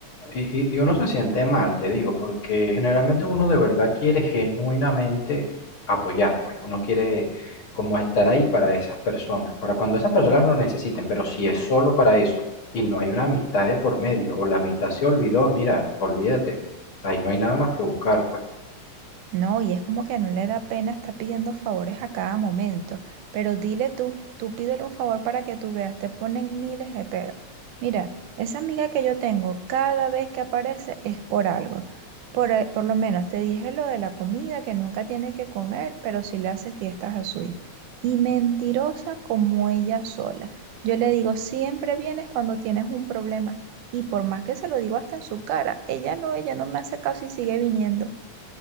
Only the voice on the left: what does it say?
Y, y- y uno se siente mal, te digo, porque generalmente uno de verdad quiere genuinamente apoyar, pues uno quiere como estar ahí para esas personas, para cuando esas personas lo necesiten, pero si es solo para eso y no hay una amistad de por medio o la amistad se olvidó, mira, olvídate, ahí no hay nada más que buscar, pues.